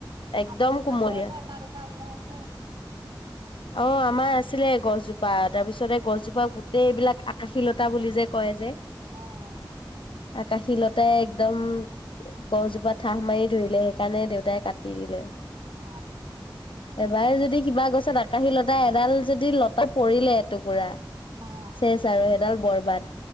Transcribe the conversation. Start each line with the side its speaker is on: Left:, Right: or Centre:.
Left: একদম
Right: আমাৰ যেনিবা
Left: কুমলীয়া
Right: ঘৰতে এটা দুটা ওলাই আছে।
Left: অ আমাৰ আছিলে গছজোপা তাৰপিছত এই গছজোপাক গোটেই এইবিলাক আকাশীলতা বুলি যে কয় যে
Right: অ অ
Left: আকাশী লতাই একদম গছজোপা ঠাঁহ মাৰি ধৰিলে সেইকাৰণে দেউতাই কাটি দিলে।
Right: অ
Left: এবাৰ যদি কিবা গছত আকাশী লতা এডাল যদি লতা পৰিলে এটুকুৰা
Right: অ
Left: চেচ আৰু সেইডাল বৰবাদ